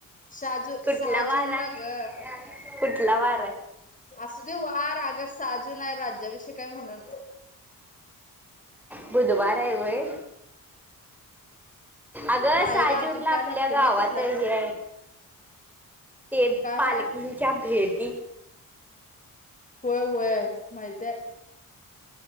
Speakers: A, on the left; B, in the centre.
A: सहा जू
B: कुठला
A: सहा
B: वार
A: जून ला
B: आहे,
A: ग
B: कुठला वार आहे
A: असू दे वार अगस् सहाजून आहे राज्याविषयी हाय म्हणून
B: बुधवार हाय व्हय अग
A: नाही
B: सहाजूनला
A: ग अजून
B: आपल्या
A: काय नक्की
B: गावात
A: नाही कुठल्या
B: हीय ते
A: काय
B: पालखींच्या
A: हाय
B: भेटी
A: होय वय माहितय